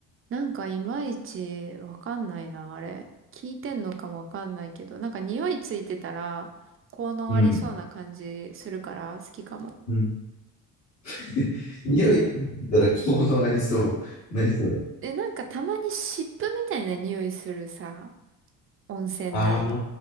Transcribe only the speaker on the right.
なんかいまいちわかんないな、あれ。聞いてんのかもわかんないけど、なんか匂いついてたら、効能ありそうな感じするから好きかも。
え、なんかたまに湿布みたいな匂いするさ、温泉内。